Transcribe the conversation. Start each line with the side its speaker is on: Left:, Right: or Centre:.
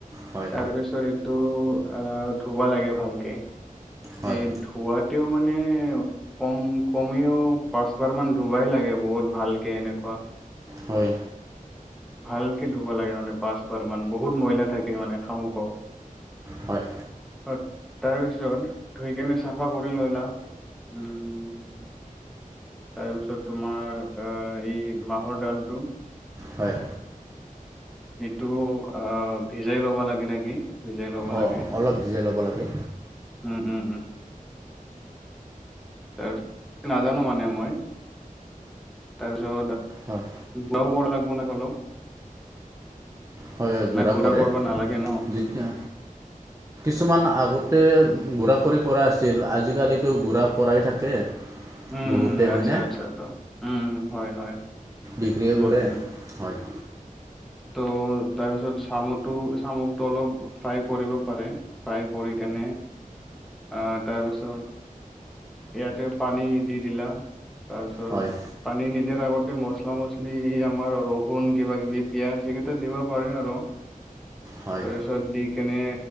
Right: হয়
Centre: তাৰপিছত এইটো আ ধুৱা লাগে ভালকে।
Right: হয়
Centre: এই ধোৱাতেও মানে কম কমেও পাঁচবাৰ মান ধুবাই লাগে বহুত ভালকে এনেকুৱা।
Right: হয়।
Centre: ভালকে ধুব লাগে মানে পাঁচ বাৰ মান বহুত ময়লা থাকে মানে শামুক।
Right: হয়
Centre: অ তাৰ পিছত ধুই কেনে চাফা কৰি ললা। উম তাৰপিছত তোমাৰ এই মাহৰ ডালটো
Right: হয়
Centre: এইটো আ ভিজাই ল'ব লাগে নেকি ভিজাই ল'ব লাগে।
Right: অঁ অলপ ভিজাই ল'ব লাগে
Centre: উম উম উম। তাপিছত নাজানো মানে মই তা তাৰপিছটো
Right: হয়
Centre: ধো লাগিব ন অলপ
Right: হয় গুড়া
Centre: নাই ঘোৰা
Right: কৰে
Centre: কৰিব নালাগে ন।
Right: যেতিয়া কিছুমান আগতে ঘুৰা কৰি কৰা আছিল আজিকালিতো ঘুৰা কৰাই থাকে।
Centre: উম
Right: বহুতে
Centre: আচ্ছা
Right: হয়নে
Centre: আচ্ছা উ হয় হয়।
Right: বিক্ৰীও
Centre: উম,
Right: কৰে
Centre: উম।
Right: হয়
Centre: ত' তাৰপিছত চামুটো চামুকটো অলপ ফ্ৰাই কৰিব পাৰে ফ্ৰাই কৰি কেনে আ তাৰপিছত ইয়াতে পানী দি দিলা তাৰপিছত
Right: হয়
Centre: পানী নিদিয়াৰ আগতে মছলা মছলি আমাৰ ৰহুণ কিবাকিবি। পিয়াঁজ সেইকেইটা দিবা পাৰে আৰু
Right: হয়
Centre: তাৰ পিছত দি কেনে